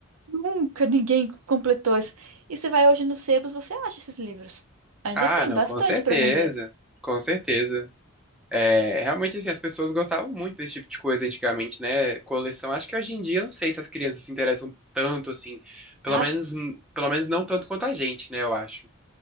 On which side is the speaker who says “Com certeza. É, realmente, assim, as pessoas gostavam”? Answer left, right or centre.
Centre